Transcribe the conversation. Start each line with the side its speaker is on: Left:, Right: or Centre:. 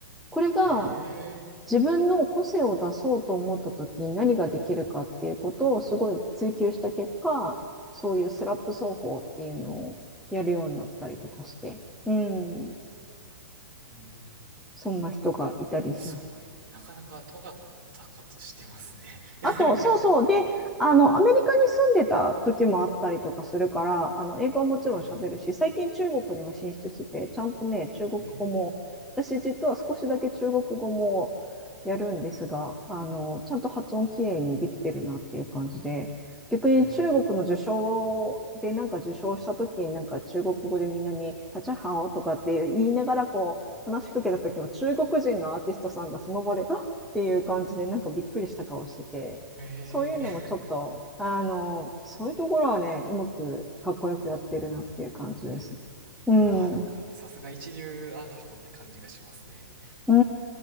Centre: これが、
Right: ええ
Centre: 自分の個性を出そうと思った時に何ができるかっていうことをすごい追求した結果、そういうスラップ奏法っていうのをやるようになったりとかして、うん、
Right: うん、
Centre: そんな人がいたりします。
Right: すごい。なかなか尖ったことしてますね。
Centre: あと、そうそう。
Right: <laughs>
Centre: で、あの、アメリカに住んでた時もあったりとかするから、あの、英語はもちろん喋るし、
Right: はい。
Centre: 最近中国にも進出してて、ちゃんとね、中国語も、
Right: ええ。
Centre: 私実は少しだけ中国語もやるんですが、あの、ちゃんと発音きれいにできてるなっていう感じで、逆に中国の受賞でなんか受賞した時になんか中国語でみんなに、
Right: うん。
Centre: タチャハオとかって言いながらこう、話しかけた時も中国人のアーティストさんがその場で、あっていう感じで、なんかびっくりした顔してて、
Right: え。
Centre: そういうのもちょっと、
Right: <laughs>
Centre: あの、そういうところはね、うまくかっこよくやってるなっていう感じです。
Right: うん。<laughs>
Centre: うん。
Right: わあ、なんか、
Centre: う
Right: さすが一流アーティストって感じがしますね。
Centre: ー